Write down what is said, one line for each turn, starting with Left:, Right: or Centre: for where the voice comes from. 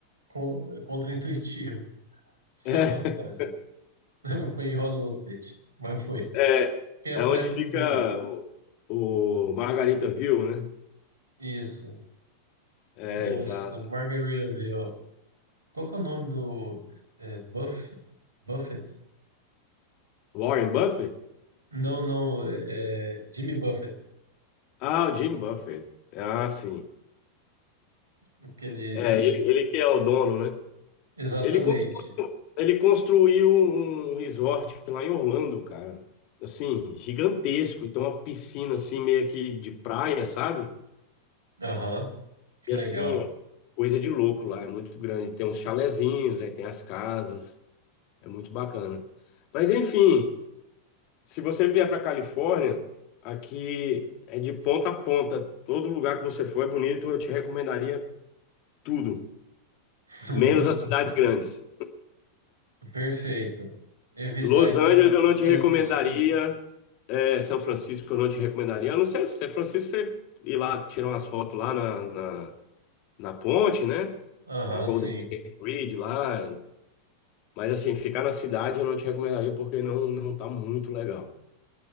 Right: co- contraintuitivo <laughs> ser
Left: <laughs>
Right: na Flórida. <laughs> Foi em Hollywood Beach, mas foi.
Left: É, é,
Right: Que é
Left: é
Right: a praia
Left: onde
Right: é muito
Left: fica
Right: bonita.
Left: o, o Margarita View, né?
Right: Isso.
Left: É,
Right: Nossa,
Left: exato.
Right: Margaritaville. ó. Qual que é o nome do é, Buff- Buffett?
Left: Warren Buffett?
Right: Não, não, é, é Jimmy Buffett.
Left: Ah, o Jim Buffett. Ah, sim.
Right: Aquele,
Left: É,
Right: aquele...
Left: ele, ele que é o dono, né?
Right: Exatamente.
Left: Ele, con- ele construiu um resort lá em Orlando, cara. Assim, gigantesco. Então, uma piscina assim, meio que de praia, sabe?
Right: Aham, que
Left: E assim,
Right: legal.
Left: ó, coisa de louco lá, é muito grande. Tem uns chalezinhos, aí tem as casas, é muito bacana. Mas enfim, se você vier para Califórnia, aqui é de ponta a ponta. Todo lugar que você for é bonito, eu te recomendaria tudo,
Right: <laughs>
Left: menos
Right: Tudo.
Left: as cidades grandes.
Right: Perfeito. Evitar,
Left: Los
Right: então,
Left: Angeles eu não
Right: São
Left: te recomendaria,
Right: Francisco.
Left: é, São Francisco eu não te recomendaria. A não ser se São Francisco você ir lá, tirar umas fotos lá na, na, na ponte, né?
Right: Aham,
Left: Na Golden
Right: sim.
Left: State Bridge lá. Mas assim, ficar na cidade eu não te recomendaria porque não não tá muito legal.